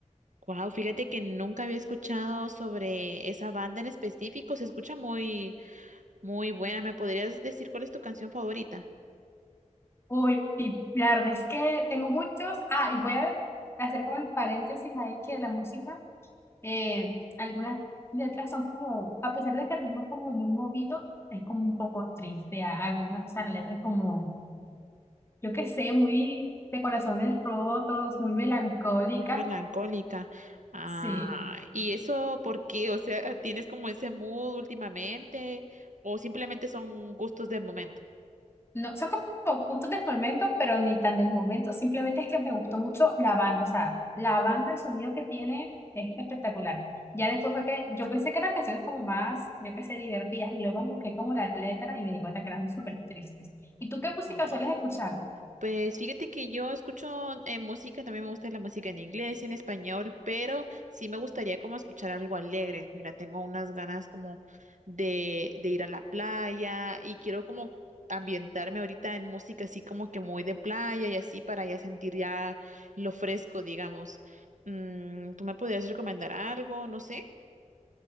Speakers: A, on the right; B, on the left.
A: wow, fíjate que nunca había escuchado sobre esa banda en específico, se escucha muy, muy buena. ¿Me podrías decir cuál es tu canción favorita?
B: Uy, la verdad es que tengo muchos. Ah, y voy a hacer como el paréntesis ahí que la música, eh, algunas letras son como, a pesar de que el ritmo es como muy movido, es como un poco triste. a- Algunas, o sea, la letra es como, yo qué sé, muy de corazones rotos, muy melancólica.
A: Muy melancólica. Ah,
B: Sí.
A: ¿y eso por qué? O sea, ¿tienes como ese mood últimamente o simplemente son gustos del momento?
B: No, son como puntos del momento, pero ni tan del momento. Simplemente es que me gustó mucho la banda. O sea, la banda, el sonido que tiene es espectacular. Ya después fue que yo pensé que eran canciones como más, yo qué sé, divertidas. Y luego busqué como la letra y me di cuenta que eran súper tristes. ¿Y tú qué música
A: Oh,
B: sueles escuchar?
A: Pues fíjate que yo escucho eh, música, también me gusta la música en inglés y en español, pero sí me gustaría como escuchar algo alegre. Mira, tengo unas ganas como de, de ir a la playa y quiero como ambientarme ahorita en música así como que muy de playa y así para ya sentir ya lo fresco, digamos. Mm, ¿tú me podrías recomendar algo? No sé.